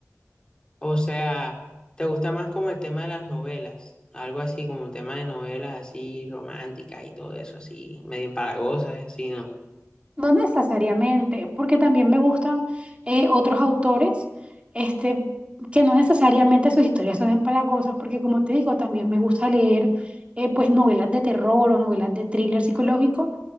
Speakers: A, on the left; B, on the right.
A: O sea, ¿te gusta más como el tema de las novelas? Algo así como un tema de novelas así románticas y todo eso, así medio empalagosas y así, ¿no?
B: No necesariamente, porque también me gustan eh, otros autores, este, que no necesariamente sus historias son empalagosas, porque como te digo, también me gusta leer eh, pues novelas de terror o novelas de thriller psicológico,